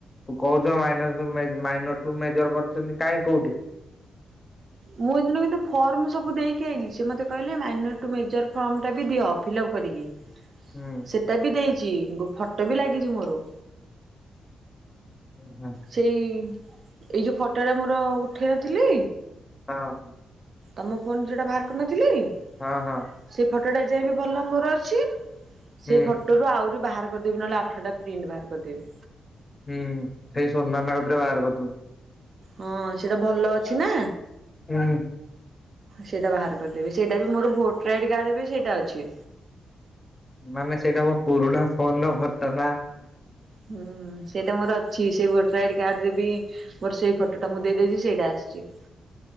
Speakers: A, on the left; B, on the right.
A: ତୁ କୋହୁଚ ମାଇନରଠୁ ମେ ମାଇନରଠୁ ମେଜର କରୁଛନ୍ତି କାଇଁ କୋଉଠି?
B: ମୁଁ ହେଦିନ କିନ୍ତୁ ଫର୍ମ ସବୁ ଦେଇକି ଆଇଲି ସେ ମତେ କହିଲେ ମାଇନରଠୁ ମେଜର ଫର୍ମଟା ବି ଦିଅ ଫିଲଅପ୍ କରିକି। ହଁ <inaudible>
A: ହୁଁ।
B: ତାବି ଦେଇଚି ଗୋ ଫଟୋ ବି ଲାଗିଚି ମୋର।
A: ଉଁ ହୁଁ।
B: ସେଇ ଏଇ ଯୋଉ ଫଟୋଟା ମୋର ଉଠେଇ ନଥିଲି
A: ହଁ।
B: ତମ ଫୋନ ଯୋଉଟା ଭାର କରିନଥିଲି
A: ହଁ ହଁ।
B: ସେ ଫଟଟା ଯାଏ ବି ଭଲ ମୋର ଅଛି
A: ହୁଁ
B: ସେଇ ଫ ଫୋଟରୁ ଆହୁରି ବାହାର କରିଦେବି ନହଲେ ଆଠଟା ପ୍ରିଣ୍ଟ୍ ବାହାର କରିଦେବି।
A: ହୁଁ ସେଇ ସୋନାନା କତିରେ ବାହାର କରିଦୋବୁ।
B: ହଁ ସେଟା ଭଲ ଅଛି ନା।
A: ହୁଁ।
B: ସେଇଟା ବାହାର କରିଦେବି ସେଇଟା ବି ମୋର ଭୋଟର ଆଇଡି କାର୍ଡ ବି ସେଇଟା ଅଛି।
A: ମାନେ ସେଇଟା ମୋ ପୁରୁଣା ଫୋନର ଫଟ ନା।
B: ହୁଁ। ସେଇଟା ମୋର ଅଛି ସେଇ ଭୋଟର ଆଇଡି କାର୍ଡରେ ବି ମୋର ସେଇ ଫଟୋଟା ମୁଁ ଦେଇଦେଇଚି ସେଇଟା ଆସଚି।